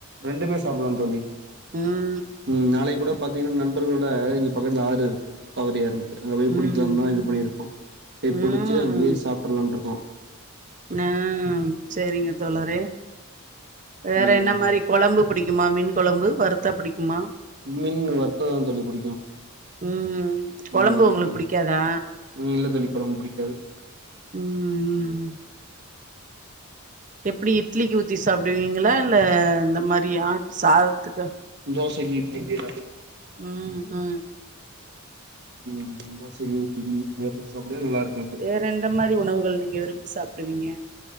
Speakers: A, on the right (about 50°); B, on the right (about 35°).
A: ரெண்டுமே சாப்புல்லாந் தோழி
B: ம்
A: ம் நாளைக் கூட பாத்தீங்ன்னா நண்பர்ளோட இங்க பக்கத்ல ஆறு தவறி <unintelligible> அங்க போய் புடிக்கலாம்
B: ம்
A: தான் இது பண்ணிருக்கோம் போய் புடிச்சி
B: ம்
A: அங்யே
B: ம்
A: சாப்ட்டுலான்ருக்கோ
B: ஆ செரிங்க தோழரே வேற
A: ம்
B: என்ன மாரி கொலம்பு புடிக்குமா மீன் கொலம்பு வருத்தா புடிக்குமா
A: மீன் வருத்த தா தோழி புடிக்கு
B: ம் ம் கொலம்பு
A: ம்
B: உங்ளுக் புடிக்காதா
A: ம் இல்ல தோழி கொழம்பு புடிக்காது
B: ம் ம் எப்டி இட்லிக் ஊத்தி சாப்டுவீங்ளா இல்ல இந்த மாரி ஆட் சாதத்துக்கா
A: தோசக்கி இட்லிக்கி எல்லாத்க்கு
B: ம் ம்
A: ம் தோசக்கி இட்லிக் இடியாப்பத்துக் சாப்ட நல்லாருக்கு இது
B: வேற எந்த மாரி உணவுகள் நீங்க விரும்பி சாப்டுவீங்க